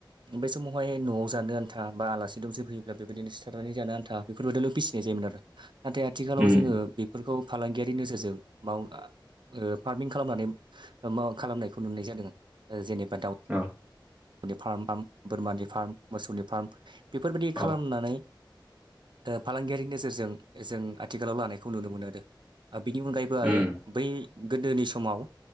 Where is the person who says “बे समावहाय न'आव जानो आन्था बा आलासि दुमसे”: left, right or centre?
Right